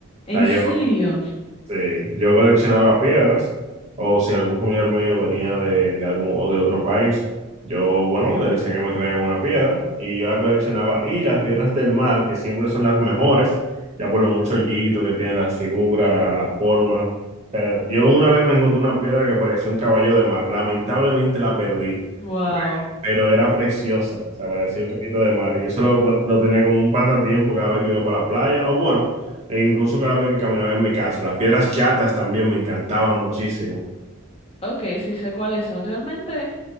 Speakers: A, on the left; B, on the right.
A: ¿En
B: O sea, yo
A: serio?
B: Sí, yo coleccionaba piedras, o si algún familiar mío venía de, de algún o de otro país, yo, bueno, le decía que me traigan una piedra y yo la coleccionaba. Y las piedras del mar, que siempre son las mejores, ya por lo mucho hoyito que tienen las figuras, la forma. O sea, yo una vez me encontré una piedra que parecía un caballo de mar, lamentablemente la perdí
A: Wow.
B: pero era preciosa, o sea, parecía un copito de mar. Y eso lo, lo tenía como un pasatiempo cada vez que iba para la playa, o bueno, e incluso cada vez que caminaba en mi casa. Las piedras chatas también me encantaban muchísimo.
A: Ok, sí sé cuáles son. Realmente.